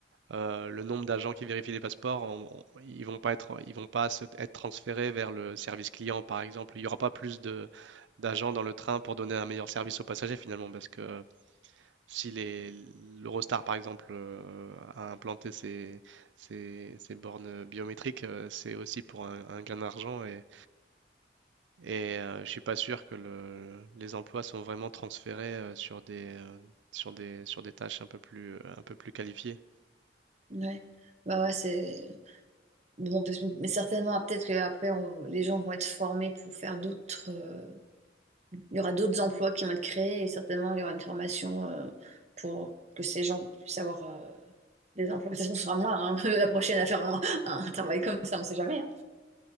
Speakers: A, on the right; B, on the right.
A: euh, le nombre d'agents qui vérifient les passeports, on- on- ils vont pas être, ils vont pas se- être transférés vers le service client, par exemple. Il n'y aura pas plus de d'agents dans le train pour donner un meilleur service aux passagers finalement, parce que si les l'Eurostar par exemple euh, a implanté ses, ses- ses bornes biométriques, euh, c'est aussi pour un, un gain d'argent et, et euh, je suis pas sûr que le- les emplois sont vraiment transférés euh, sur des euh, sur des sur des tâches un peu plus un peu plus qualifiées.
B: Ouais. Bah ouais, c'est. Bon, on peut mais certainement, ah, peut-être qu'après, les gens vont être formés pour faire d'autres. euh, Il y aura d'autres emplois qui vont être créés et certainement, il y aura une formation euh, pour que ces gens puissent avoir. euh, Les implantations, ce sera moi, hein, <laughs> la prochaine à faire un, un travail comme ça, on ne sait jamais. hein.